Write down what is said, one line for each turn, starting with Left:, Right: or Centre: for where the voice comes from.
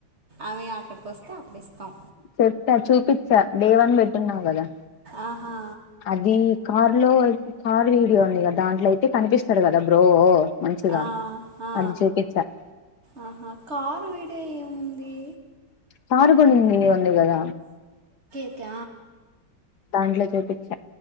Right: ఆమె అక్కడికి వస్తే అప్పుడు ఇస్తాం
Left: చెప్తా చూపచ్చా డే వన్ పెట్టున్నావు కదా
Right: ఆహా
Left: అది కార్ లో కార్ వీడియో ఉంది కదా దాంట్లో అయితే కనిపిస్తాడు కదా బ్రో <unintelligible>
Right: ఆ, ఆ,
Left: అధి చెపిన్‌చాలి
Right: ఆహా కారు విడియో ఏముంది
Left: కారు కొనింధి వుంధి కథ
Right: క
Left: దాంట్లో చూపించా